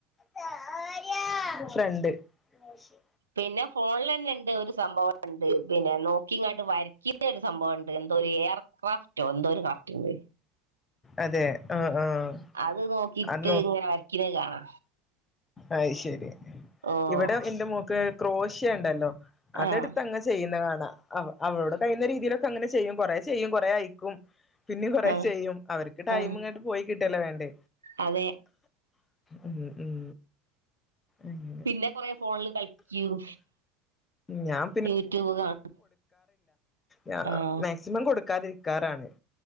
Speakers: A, on the left; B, on the right.
A: <unintelligible> ഫ്രണ്ട് <unintelligible>
B: പിന്നെ ഫോൺലന്നെണ്ട് ഒരു സംഭവംണ്ട് പിന്നെ നോക്കീങ്ങാട്ട് വരയ്ക്കിന്ന ഒരു സംഭവംണ്ട് എന്തോ ഒരു ഏർ ക്രാഫ്റ്റോ എന്തോ ഒരു ക്രാഫ്റ്റ്ണ്ട്
A: അതെ ആഹ് ആഹ്
B: അത് നോക്കിട്ട്
A: അത്
B: ഇങ്ങനെ വരക്ക്‌ണത് കാണാ
A: അയ് ശരി
B: ഓഹ്
A: ഇവടെ എന്റെ മോക്ക് ക്രോഷ്യ ണ്ടല്ലോ അതെട്ത്ത്
B: ആഹ്
A: തന്നെ ചെയ്യുന്ന കാ അഹ് അഹ് അവളുടെ കഴിയുന്ന രീതിയിലൊക്കെ അങ്ങനെ ചെയ്യും കൊറേ ചെയ്യും കൊറേ അയിക്കും പിന്നീം കൊറേ
B: ആഹ്
A: ചെയ്യും അവർക്ക് ടൈമ്ങ്ങട്ട്
B: ആഹ്
A: പോയി കിട്ടല്ലെ വേണ്ട്
B: അതെ
A: ഉം ഉം അങ്ങനെ
B: പിന്നെ കുറെ ഫോണില് കളിക്കും
A: ഞാൻ
B: യുട്യൂബ് കാണും
A: ഞാൻ
B: ആഹ്
A: മാക്സിമം കൊ <unintelligible>